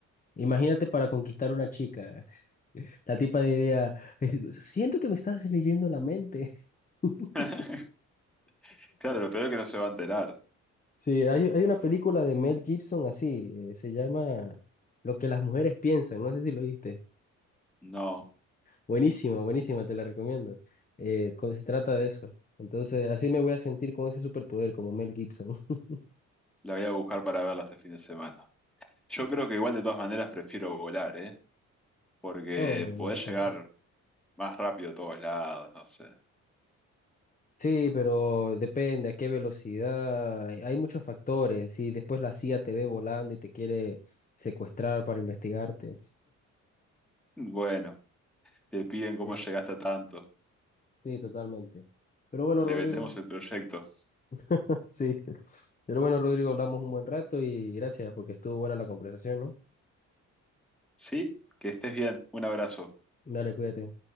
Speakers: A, on the left; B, in the centre.
A: imagínate para conquistar una chica. <laughs> La tipa diría, <laughs> siento que me estás leyendo la mente. <laughs>
B: <laughs> Claro, lo peor es que no se va a enterar.
A: Sí, hay, hay una película de Mel Gibson así, eh, se llama Lo que las mujeres piensan, no sé si lo viste.
B: No,
A: Buenísima, buenísima, te la recomiendo. Eh, co- se trata de eso. Entonces, así me voy a sentir con ese superpoder como Mel Gibson. <laughs>
B: la voy a buscar para verla este fin de semana. Yo creo que igual de todas maneras prefiero volar, ¿eh? Porque
A: No,
B: podés
A: no sé.
B: llegar más rápido a todos lados, no sé.
A: Sí, pero depende a qué velocidad. Hay hay muchos factores. Si después la CIA te ve volando y te quiere secuestrar para investigarte.
B: Bueno, te piden cómo
A: Sí,
B: llegaste a tanto.
A: sí, totalmente. Pero bueno,
B: Le
A: Rodrigo.
B: vendemos el proyecto.
A: <laughs> Sí. Pero bueno, Rodrigo, hablamos un buen rato y gracias porque estuvo buena la conversación, ¿no?
B: Sí, que estés bien. Un abrazo.
A: Dale, cuídate.